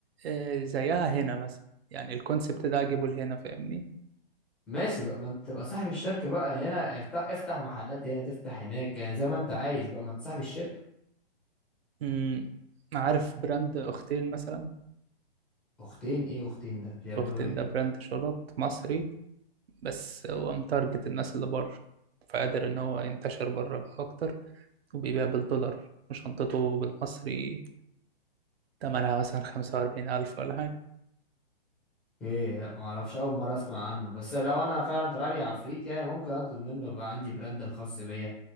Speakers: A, on the right (about 75°); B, in the centre.
A: آه، زيها هنا مثلا يعني الكونسبت ده اجيبه لهنا فاهمني
B: ماشي بقى ما انت تبقى صاحب الشركة بقى هنا افتح افتح محلات هنا تفتح هناك يعني زي ما انت عايز بقى ما انت صاحب الشركة
A: امم عارف براند اختين مثلا
B: اختين ايه اختين ده بيعملوا
A: اختين
B: ايه
A: ده براند شنط مصري بس هو متارجت الناس اللي بره فقادر إن هو ينتشر بره بقى أكتر وبيبيع بالدولار وشنطته بالمصري تمنها مثلا خمسة وأربعين ألف ولا حاجة
B: ايه لا ما اعرفش اول مرة اسمع عنه بس لو انا فعلا طلع لي عفريت يعني ممكن اطلب منه يبقى عندي براند الخاص بيا